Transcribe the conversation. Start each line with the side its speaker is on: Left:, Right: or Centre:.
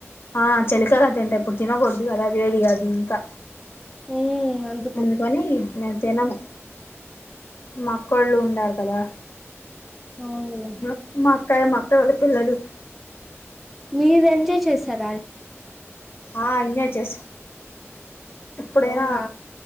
Left: ఆ చలి కాల అంత ఎంటా ఇప్పుడు తినదు అ అలా వేడి అదు ఇంకా
Centre: ఉమ్ అందుకు
Left: అందుకని నే జినము మాక్కళ్ళు ఉన్నారు కదా
Centre: అవునులే
Left: మా మా అక్కయ మాక్క వాళ్ళ పిల్లలు
Centre: మీ రజ చేసాారు
Left: ఆ ఇ చేస్ ఎప్పుడైనా
Centre: అవునా